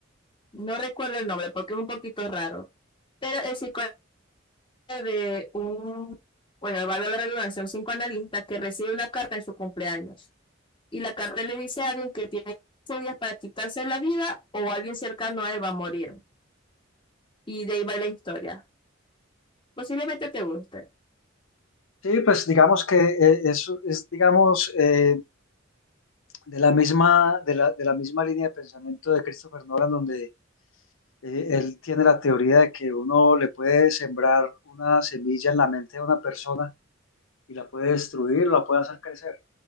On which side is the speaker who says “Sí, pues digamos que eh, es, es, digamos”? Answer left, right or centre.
Left